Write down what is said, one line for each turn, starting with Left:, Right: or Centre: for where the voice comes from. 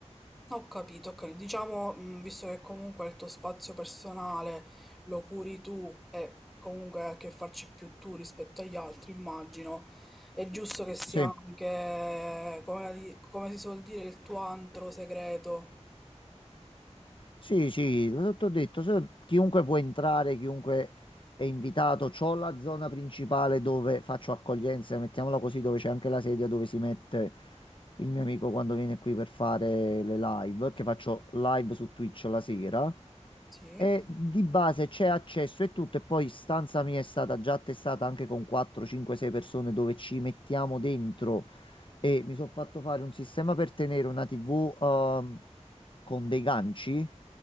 Centre: ho capito, ho capito. Diciamo, mm, visto che comunque il tuo spazio personale lo curi tu e comunque hai a che farci più tu rispetto agli altri, immagino, è giusto che sia
Left: Sì.
Centre: anche, come, di- come si suol dire, il tuo antro segreto.
Left: Sì, sì, l'ho detto, se- chiunque può entrare, chiunque è invitato. C'ho la zona principale dove faccio accoglienza, mettiamola così, dove c'è anche la sedia dove si mette il mio amico quando viene qui per fare le live, che faccio live su Twitch la sera.
Centre: Sì.
Left: E di base c'è accesso e tutto, e poi stanza mia è stata già attestata anche con 4, 5, 6 persone dove ci mettiamo dentro e mi sono fatto fare un sistema per tenere una TV ehm, con dei ganci,